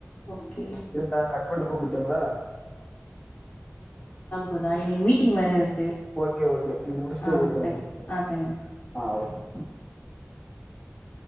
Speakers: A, on the left (about 45°); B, on the left (about 20°).
A: ஓகே
B: இருண்டா கட்பண்டு கூப்பட்டுங்களா
A: முதா இன்னைக்கு மீட்டிங் வேற இருக்கு
B: ஓகே ஓகே நீங்க முடிச்டே
A: ஆ
B: கூப்பிடுங்க
A: சரி
B: ஒன்னு பிரச்சனை
A: ஆ சரிங்க
B: இல்ல ஆ ஓகே <inaudible>